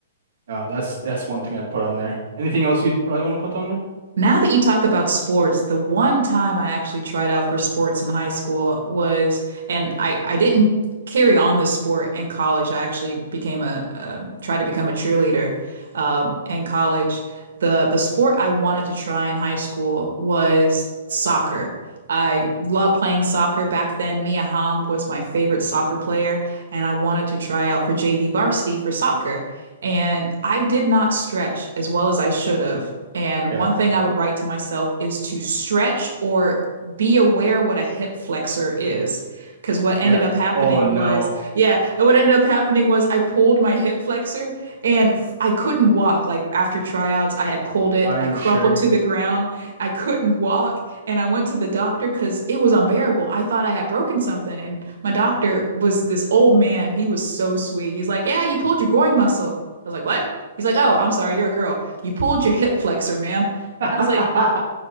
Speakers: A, on the right; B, on the right.
A: No, that's that's one thing I'd put on there. Anything else you'd probably want to put on there?
B: Now that you talk about sports, the one time I actually tried out for sports in high school was, and I, I didn't carry on the sport in college. I actually became a, um tried to become a cheerleader um, in college. The the sport I wanted to try in high school was soccer. I loved playing soccer back then. Mia Hamm was my favorite soccer player and I wanted to try out for JV varsity for soccer. And I did not stretch as well as I should have. And
A: Yeah.
B: one thing I would write to myself is to stretch or be aware what a hip flexor is. Because what ended
A: Yeah.
B: up happening
A: Oh no.
B: was, yeah, what ended up happening was I pulled my hip flexor and couldn't I couldn't walk. Like after tryouts, I had pulled it.
A: I
B: I
A: am
B: crumpled
A: sure.
B: to the ground. I couldn't walk, and I went to the doctor because it was unbearable. I thought I had broken something, and my doctor was this old man. He was so sweet. He's like, "Yeah, you pulled your groin muscle." I was like, "What?" He's like, "Oh, I'm sorry, you're a girl. You pulled your hip flexor, ma'am."
A: <laughs>
B: And I was like